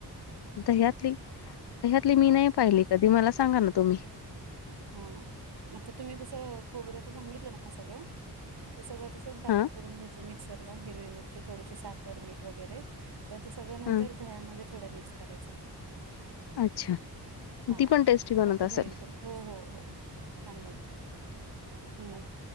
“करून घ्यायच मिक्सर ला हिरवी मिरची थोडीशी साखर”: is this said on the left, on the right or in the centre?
Right